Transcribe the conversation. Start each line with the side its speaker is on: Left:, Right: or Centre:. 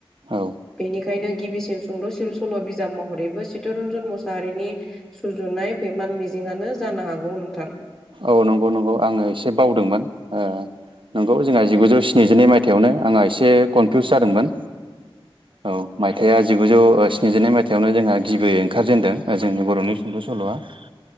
Right: औ।
Centre: बेनिखायनो गिबिसिन सुंद' सिन सल' बिजाब महरैबो चितरन्जन मुसाहारिनि सुजुनाय फैमाल मिजिङानो जानो हागौ नोंथां।
Right: औ नंगौ नंगौ आङो एसे बावदोंमोन ओ नंगौ जोंहा जिगुजौ स्निजिनै मायथाइावनो आंहा एसे कनफिउस जादोंमोन औ। मायथाइआ जिगुजौ स्निजिनै मायथाइयावनो जोंहा गिबियै ओंखारजेनदों जोंनि बर'नि सुंद' सल'आ। <inaudible>